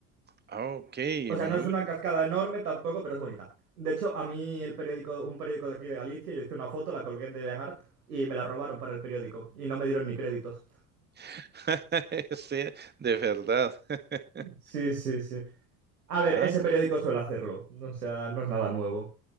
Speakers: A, on the right; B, on the right.
A: ah, ok,
B: O sea,
A: muy,
B: no es una cascada enorme tampoco, pero es bonita. De hecho, a mí el periódico, un periódico de aquí de Galicia, yo hice una foto, la colgué en DeviantArt y me la robaron para el periódico y no me dieron ni créditos.
A: <laughs> sí, de verdad. <laughs>
B: Sí, sí, sí. A ver,
A: Ah,
B: ese periódico suele hacerlo. O sea, no es nada nuevo.